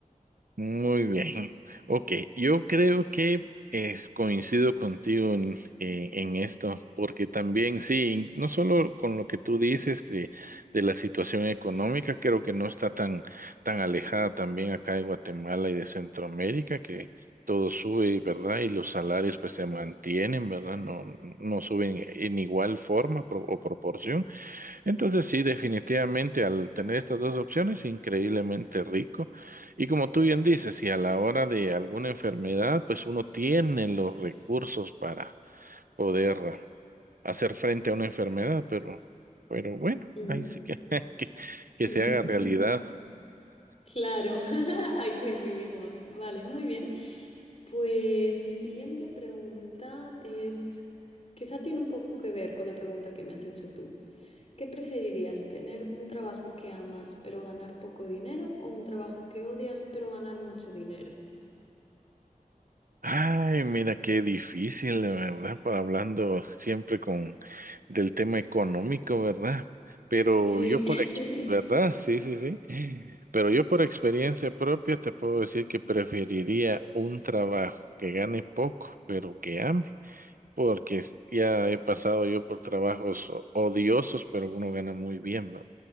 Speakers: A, on the right (about 80°); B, on the left (about 45°).
A: Muy bien. Ok, yo creo que es, coincido contigo en, eh, en esto, porque también sí, no solo con lo que tú dices que de la situación económica, creo que no está tan, tan alejada también acá de Guatemala y de Centroamérica, que todo sube, ¿verdad? Y los salarios pues se mantienen, ¿verdad? No, no suben en igual forma pro- o proporción. Entonces sí, definitivamente al tener estas dos opciones, increíblemente rico. Y como tú bien dices, si a la hora de alguna enfermedad, pues uno tiene los recursos para poder hacer frente a una enfermedad, pero, pero bueno,
B: Mm.
A: ahí sí que, <laughs> que, que
B: <laughs>
A: se haga realidad.
B: Claro, <laughs> ahí coincidimos. Vale, muy bien. Pues mi siguiente pregunta es, quizá tiene un poco que ver con la pregunta que me has hecho tú. ¿Qué preferirías, tener un trabajo que amas pero ganar poco dinero o un trabajo que odias pero ganar mucho dinero?
A: Ay, mira qué difícil, de verdad, para hablando siempre con del tema económico, ¿verdad? Pero
B: Sí.
A: yo por ex-
B: <laughs>
A: ¿verdad? Sí, sí, sí. Pero yo por experiencia propia te puedo decir que preferiría un trabajo que gane poco, pero que ame, porque es- ya he pasado yo por trabajos o- odiosos, pero uno gana muy bien, ¿verdad?